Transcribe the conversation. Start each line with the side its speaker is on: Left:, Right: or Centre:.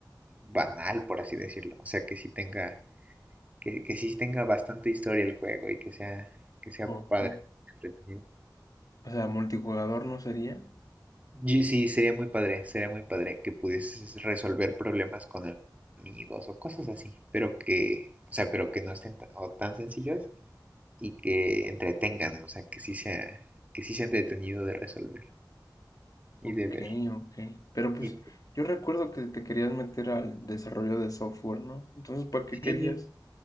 Right: banal, por así decirlo, o sea, que sí tenga, que, que sí tenga bastante historia el juego y que sea, que sea
Left: Ok.
Right: padre. entretenido.
Left: O sea, multijugador no sería.
Right: Ye- Sí, sería muy padre, sería muy padre que pudieses resolver problemas con amigos o cosas así, pero que, o sea, pero que no estén ta- o tan sencillos y que entretengan, o sea, que sí sea, que sí sea entretenido de resolver
Left: Ok,
Right: y de ver.
Left: ok. Pero pues
Right: Y
Left: yo recuerdo que te querías meter al desarrollo de software, ¿no? Entonces, ¿para qué querías?
Right: sí,